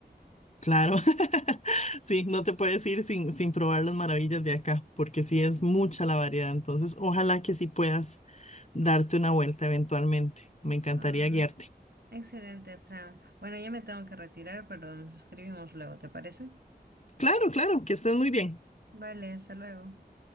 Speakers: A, on the left; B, on the right.
A: claro. <laughs> Sí, no te puedes ir sin, sin probar las maravillas de acá, porque sí es mucha la variedad. Entonces, ojalá que sí puedas darte una vuelta eventualmente. Me encantaría
B: Ah,
A: guiarte.
B: excelente, Fran. Bueno, ya me tengo que retirar, pero nos escribimos luego, ¿te parece?
A: Claro, claro, que estés muy bien.
B: Vale, hasta luego.